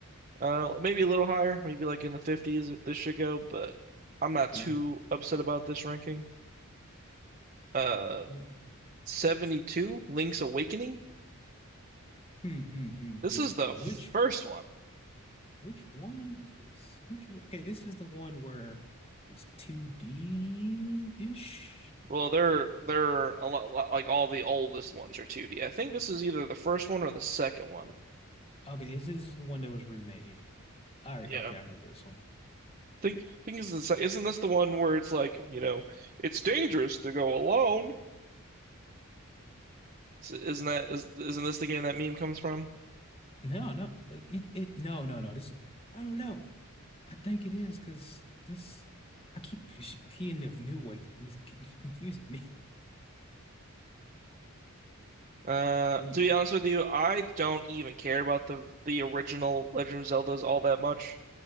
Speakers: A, on the right (about 35°); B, on the left (about 25°).
A: Uh, maybe a little higher, maybe like in the 50s this should go, but I'm not too
B: Yeah.
A: upset about this ranking. Uh,
B: Uh,
A: 72, Link's Awakening.
B: hmm, hmm, hmm, hmm.
A: This is the
B: Now which
A: first one.
B: which one is this? Which one- okay, this is the one where it's 2D-ish.
A: Well, they're they're a lot like all the oldest ones are 2D. I think this is either the first one or the second one.
B: Okay, this is the one that was remade. All right,
A: Yeah.
B: okay, I remember this one.
A: Think think is this isn't this the one where it's like, you know, it's dangerous to go alone? S- Isn't that is isn't this the game that meme comes from?
B: No, no, uh, it, it, no, no, no. This, I don't know. I think it is because this, I keep push- keying the new one, and it's c- <laughs> confused me.
A: Uh,
B: When you,
A: to be honest with you, I don't even care about the the original Legend of Zeldas all that much.